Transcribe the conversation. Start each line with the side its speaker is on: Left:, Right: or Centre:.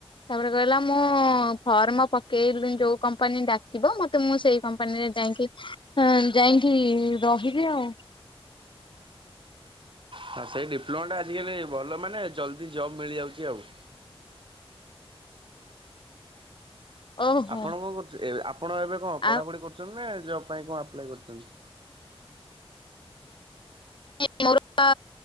Left: ତାପରେ କହିଲା ମୁଁ ଫର୍ମ ପକେଇଲି ଯୋଉ କମ୍ପାନୀ ଡାକିବ ମତେ ମୁଁ ସେଇ କମ୍ପାନୀରେ ଯାଇକି ହଁ ଯାଇକି ରହିବି ଆଉ।
Right: ହଁ ସେଇ ଡିପ୍ଲୋମାଟା ଆଜିକାଲି ଭଲ ମାନେ ଜଲ୍ଦି ଜବ୍ ମିଳିଯାଉଛି ଆଉ।
Left: ଓହୋ
Right: ଆପଣ କଣ କରୁଛନ୍ତି ଆପଣ ଏବେ କଣ ପଢ଼ାପଢି
Left: ଆଉ
Right: କରୁଛନ୍ତି ନା ଜବ୍ ପାଇଁ କଣ ଆପ୍ଲାଏ କରୁଛନ୍ତି?
Left: <unintelligible> ମୋରପା